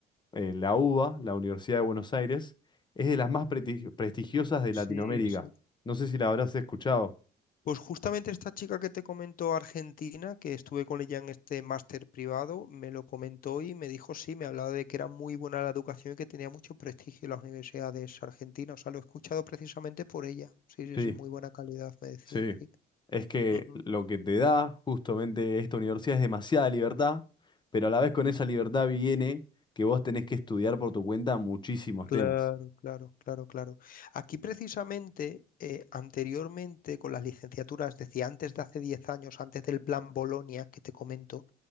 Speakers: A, on the left; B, on the left.
A: eh, la UBA, la Universidad de Buenos Aires, es de las más preti- prestigiosas de Latinoamérica.
B: Sí, sí.
A: No sé si la habrás escuchado.
B: Pues justamente esta chica que te comentó Argentina, que estuve con ella en este máster privado, me lo comentó y me dijo, sí, me hablaba de que era muy buena la educación y que tenía mucho prestigio en las universidades argentinas. O sea, lo he escuchado precisamente por ella. Sí, sí,
A: Sí,
B: sí, muy buena calidad, me decía,
A: sí.
B: sí.
A: Es que
B: Ujú.
A: lo que te da justamente esta universidad es demasiada libertad, pero a la vez con esa libertad viene que vos tenés que estudiar por tu cuenta muchísimos
B: Claro,
A: temas.
B: claro, claro, claro. Aquí precisamente, eh, anteriormente con las licenciaturas, decía antes de hace 10 años, antes del plan Bolonia que te comento,